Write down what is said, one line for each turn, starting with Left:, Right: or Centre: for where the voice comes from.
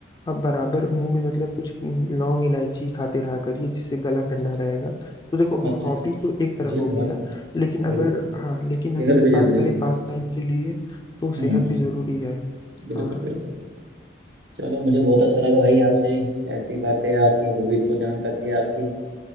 Left: आप बराबर मुंह में मतलब कुछ लौंग इलायची खाते रहा करिए जिससे गला ठंडा रहेगा तो देखो
Right: अच्छा
Left: हॉबी
Right: अच्छा अच्छा
Left: तो
Right: चलिए
Left: एक तरफ हो
Right: बहुत
Left: गया लेकिन
Right: बिल्कुल
Left: अगर हाँ लेकिन
Right: बेहद
Left: अगर
Right: भी जरूरी
Left: बात करें
Right: है
Left: पास टाइम के लिए तो
Right: हम्म
Left: सेहत
Right: हम्म,
Left: भी जरूरी है
Right: बिल्कुल
Left: हाँ हाँ
Right: बिल्कुल चलो मुझे बहुत अच्छा लगा भाई आपसे ऐसी बातें आपकी हॉबीज को जान करके आपकी